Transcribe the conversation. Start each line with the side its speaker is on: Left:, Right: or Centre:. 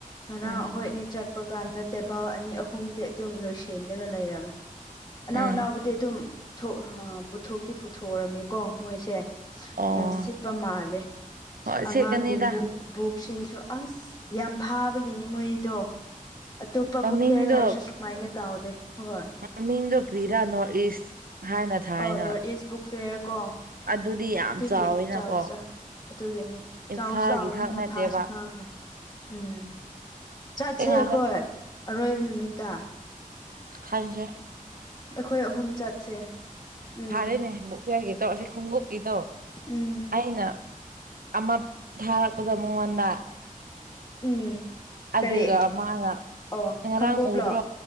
Left: ꯉꯔꯥꯡ
Right: ꯎꯝ
Left: ꯑꯩꯈꯣꯏ ꯑꯅꯤ ꯆꯠꯄ ꯀꯥꯟꯗ ꯇꯦꯕꯜ ꯑꯅꯤ ꯑꯍꯨꯝꯗꯤ ꯑꯗꯨꯝ ꯂꯣꯏꯁꯤꯜꯂꯒ ꯂꯩꯔꯝꯃꯤ ꯑꯅꯥꯎ
Right: ꯎꯝ
Left: ꯑꯅꯥꯎꯕꯨꯗꯤ ꯑꯗꯨꯝ ꯄꯨꯊꯣꯛ ꯄꯨꯊꯣꯛꯇꯤ ꯄꯨꯊꯣꯛꯎꯔꯝꯃꯦꯀꯣ ꯃꯣꯏꯁꯦ
Right: ꯑꯣ
Left: ꯌꯥꯝ ꯁꯤꯠꯄ ꯃꯥꯜꯂꯦ
Right: ꯍꯣꯏ
Left: ꯑꯉꯥꯡꯒꯤ
Right: ꯁꯦꯠꯀꯅꯤꯗ
Left: ꯃꯨꯛ ꯕꯨꯛꯁꯤꯡꯁꯨ ꯑꯁ ꯌꯥꯝ ꯐꯥꯕꯒꯤꯅꯤ ꯃꯣꯏꯗꯣ ꯑꯇꯣꯞꯄ
Right: ꯃꯃꯤꯡꯗꯣ
Left: ꯕꯨꯛ ꯐꯤꯌꯔ ꯂꯩꯔꯁꯨ ꯁꯨꯃꯥꯏꯅ ꯇꯧꯗꯦ ꯍꯣꯏ
Right: ꯃꯃꯤꯡꯗꯨ ꯀ꯭ꯔꯤꯔꯥ ꯅꯣꯔꯠ ꯏꯁ ꯍꯥꯏꯅ ꯊꯥꯏꯅ
Left: ꯑ ꯅꯣꯔꯠ ꯏꯁ ꯕꯨꯛ ꯐꯤꯌꯔ ꯀꯣ
Right: ꯑꯗꯨꯗꯤ ꯌꯥꯝ
Left: ꯑꯗꯨꯗꯤ
Right: ꯆꯥꯎꯋꯦꯅꯀꯣ
Left: ꯆꯥꯎ ꯆ ꯑꯗꯨꯒꯤꯅꯤ ꯆꯥꯎꯁꯨ
Right: ꯏꯝꯐꯥꯜꯒꯤ
Left: ꯆꯥꯎꯕꯅꯤꯅ
Right: ꯈꯛ ꯅꯠꯇꯦꯕ
Left: ꯐꯥꯁꯨ ꯐꯈ꯭ꯔꯦ ꯎꯝ ꯆꯠꯁꯦ
Right: ꯑꯇꯩ ꯉꯥꯏꯈꯣ
Left: ꯑꯩꯈꯣꯏ ꯑꯔꯣꯏꯕ ꯅꯨꯃꯤꯠꯇ
Right: ꯍꯟꯁꯦ
Left: ꯑꯩꯈꯣꯏ ꯑꯍꯨꯝ ꯆꯠꯁꯦ ꯎꯝ
Right: ꯐꯥꯔꯦꯅꯦ ꯕꯨꯛ ꯐꯌꯥꯔꯒꯤ ꯇꯧ ꯑꯁꯤ ꯈꯣꯡꯎꯞꯀꯤꯗꯣ
Left: ꯎꯝ
Right: ꯑꯩꯅ ꯑꯃ ꯊꯥꯔꯛꯄꯗꯣ ꯃꯉꯣꯟꯗ
Left: ꯎꯝ
Right: ꯑꯗꯨꯒ
Left: ꯀꯔꯤ
Right: ꯃꯥꯅ
Left: ꯑꯣ
Right: ꯉꯔꯥꯡ
Left: ꯈꯪꯒꯣꯕ꯭ꯂꯣ
Right: ꯎꯗ꯭ꯔꯣ